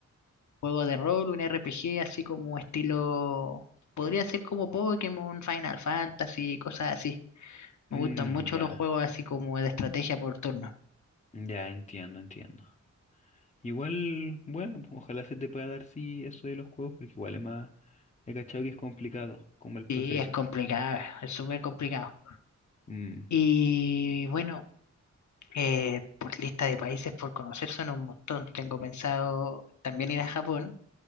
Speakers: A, on the left; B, on the left.
A: juego de rol, un RPG, así como estilo. Podría ser como Pokémon, Final Fantasy, cosas así. Me
B: Mm,
A: gustan mucho
B: ya.
A: los juegos así como de estrategia por turno.
B: Ya, entiendo, entiendo. Igual, bueno, pues, ojalá se te pueda dar sí eso de los juegos, porque igual es más, he cachado que es complicado, como el proceso.
A: Sí, es complicado, es súper complicado.
B: Mm,
A: Y bueno, eh, por lista de países por conocer son un montón. Tengo pensado también ir a Japón,